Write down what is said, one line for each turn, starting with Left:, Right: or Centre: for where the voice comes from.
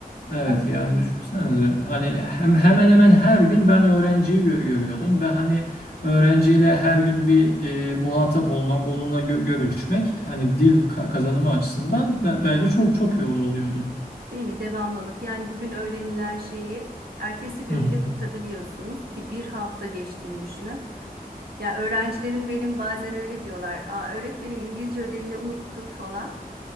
Left: Evet
Right: O,
Left: yani düşünsenize hani hem, hemen hemen her gün ben öğrenciyi gö- görüyordum ve hani öğrenciyle her gün bir e, muhatap olmak, onunla gö- görüşmek hani dil ka- kazanımı açısından be- bence çok çok iyi oluyordu.
Right: değil mi? Devamlılık. Yani bugün öğrenilen şeyi ertesi gün
Left: Hı hı.
Right: bile unutabiliyorsunuz ki bir hafta geçtiğini düşünün. Ya öğrencilerim benim bazen öyle diyorlar. Aa, öğretmenim İngilizce ödevini unuttuk falan.